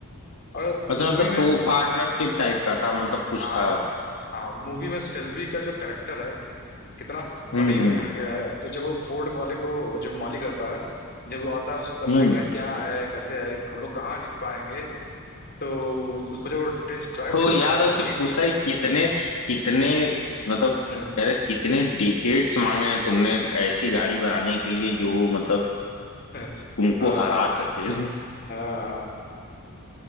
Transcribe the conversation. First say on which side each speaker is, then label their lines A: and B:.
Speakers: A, on the left; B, on the left.
A: और
B: अच्छा
A: मूवी
B: मतलब
A: में
B: तो पार्टनरशिप टाइप का था मतलब कुछ
A: हाँ
B: था
A: हाँ मूवी में सेल्वी का जो करेक्टर है कितना
B: हम्म
A: फनी
B: हम्म
A: दिखाया गया है कि जब वो फोर्ड वाले को जो मालिक रहता है जब वो आता है उसको कहता
B: हम्म
A: है कि यार क्या है कैसे है हम लोग कहाँ जीत पाएंगे तो उसको जब वो टेस्ट ड्राइव
B: हो
A: दिलाता
B: याद
A: है
B: है उससे
A: जीटी
B: पूछता है कि कितने कितने मतलब कह
A: हम्म
B: रहे कितने डिकेट्स मांगे हैं तुमने ऐसी गाड़ी बनाने के लिए जो मतलब
A: <laughs>
B: उनको
A: हाँ
B: हरा सके
A: हाँ